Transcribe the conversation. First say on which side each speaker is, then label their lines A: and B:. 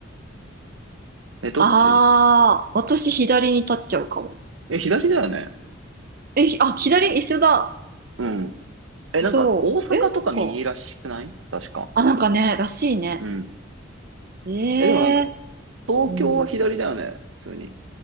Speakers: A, on the right (about 80°); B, on the right (about 50°).
A: え、どっち
B: ああ、私左に立っちゃうかも。
A: え、左だよね。
B: え、ひあ、左一緒だ。
A: うん。え、なんか、
B: そう。
A: 大阪とか右らしくない確か。
B: え、なんか、あ、なんかね、らしいね。
A: うん。
B: ええ
A: え、でもなんか、東京は左だよね。
B: うん。
A: 普通に。